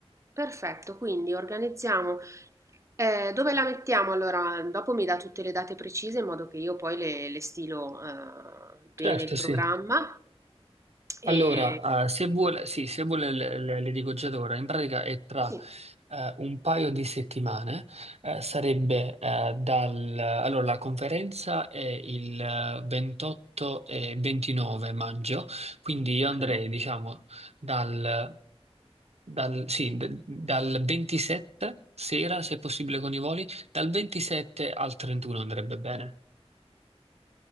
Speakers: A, on the right; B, on the right.
A: Perfetto, quindi organizziamo. Eh, dove la mettiamo? Allora, dopo mi dà tutte le date precise in modo che io poi le, le stilo eh, bene
B: certo,
A: il programma.
B: sì.
A: E...
B: Allora, eh, se vuole, sì, se vuole le, le- le dico già da ora, in pratica è tra
A: Sì,
B: eh, un paio di settimane, eh, sarebbe eh, dal... Allora, la conferenza è il eh, 28 e 29 maggio, quindi io
A: ok,
B: andrei, diciamo, dal, dal- sì, d- dal 27 sera, se possibile con i voli, dal 27 al 31 andrebbe bene.